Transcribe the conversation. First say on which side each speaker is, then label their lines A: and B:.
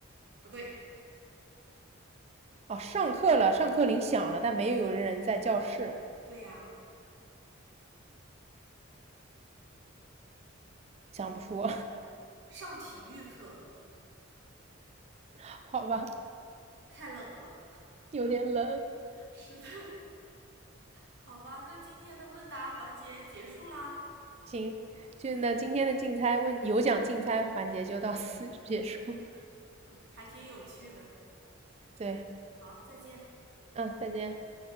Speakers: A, on the right; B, on the right.
A: 不对。
B: 哦，上课了，上课铃响了，但没有人在教室，
A: 对呀、啊
B: 想不出，
A: 上体育课
B: <laughs> 好吧，
A: 太冷了。
B: 有点冷。
A: 是的，好吧，那今天的问答环节结束啦，
B: 行，就那今天的竞猜问有奖竞猜环节就到此结束。
A: 还挺有趣的。
B: 对，
A: 好，再见。
B: 嗯，再见。